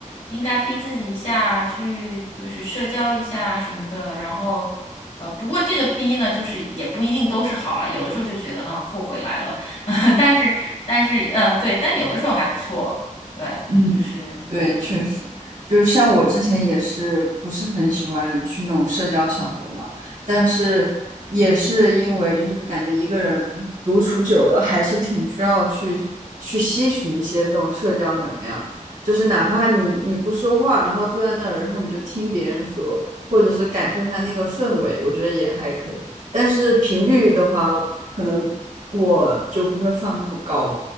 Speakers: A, on the left; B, on the right.
A: 应该逼自己一下，去就是社交一下什么的。然后呃，不过这个逼呢，就是也不一定都是好了，有的时候就觉得嗯，后悔来了，<laughs> 但是但是嗯，呃对，但有的时候还不错，对，
B: 嗯，
A: 就是嗯
B: 对，确实，就是像我之前也是不是很喜欢去那种社交场合嘛，但是也是因为就是感觉一个人独处久了，还是挺需要去去吸取一些这种社交能量的，就是哪怕你你不说话，然后坐在那儿，然后你就听别人说，或者是感受一下那个氛围，我觉得也还可以。但是频率的话，可能我就不会放那么高。